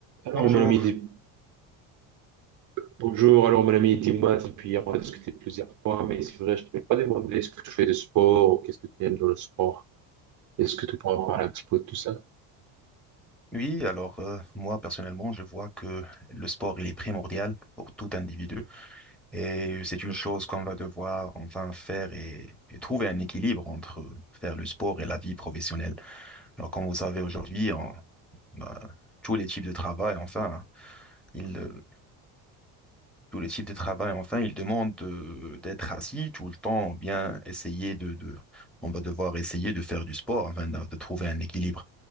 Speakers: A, on the right; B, in the centre.
A: Alors,
B: Bonjour.
A: mon ami, dis- bonjour. Alors, mon ami, dis-moi, depuis hier, on a discuté plusieurs fois, mais c'est vrai, je ne t'ai pas demandé est-ce que tu fais du sport ou qu'est-ce que tu aimes dans le sport. Est-ce que tu pourras parler un petit peu de tout ça?
B: Oui, alors euh, moi personnellement, je vois que le sport, il est primordial pour tout individu et c'est une chose qu'on va devoir enfin faire et, et trouver un équilibre entre faire le sport et la vie professionnelle. Alors comme vous savez aujourd'hui, en- bah, tous les types de travail, enfin, ils, euh, tous les types de travail, enfin, ils demandent de- d'être assis tout le temps ou bien essayer de, de, on va devoir essayer de faire du sport, enfin, de de trouver un équilibre.